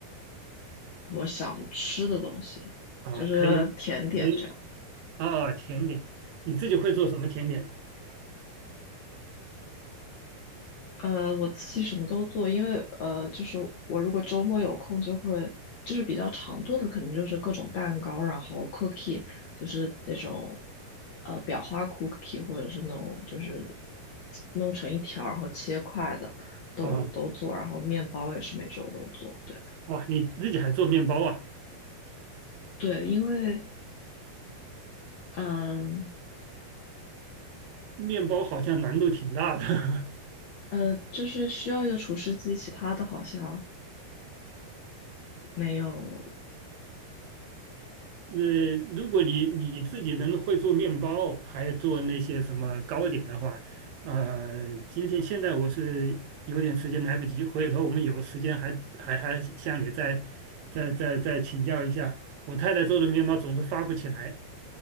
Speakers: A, on the left; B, on the right.
A: 我想吃的东西，
B: 啊，
A: 就是甜点这样。
B: 可以可以啊，甜点，你自己会做什么甜点呀？
A: 呃，我自己什么都做，因为呃，就是我如果周末有空，就会就是比较常做的，肯定就是各种蛋糕，然后 cookie，就是那种呃裱花 cookie，或者是那种就是弄成一条然后切块的，都都做，
B: 啊
A: 然后面包也是每周都做，对
B: 哇，你自己还做面包啊？
A: 对，因为嗯
B: 面包好像难度挺大的 <laughs>
A: 呃，就是需要一个厨师机，其他的好像没有。
B: 呃，如果你你自己能会做面包，还做那些什么糕点的话，呃，今天现在我是有点时间来不及，回头我们有时间还还还向你再再再再请教一下。我太太做的面包总是发不起来。